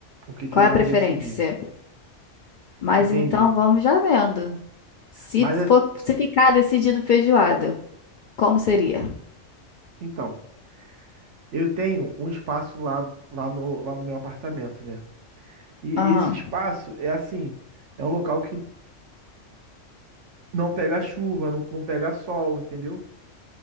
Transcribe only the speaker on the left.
Qual
é
a preferência?
Mas
então vamos já vendo. Se
for, se ficar decidido feijoada, como seria?
Aham.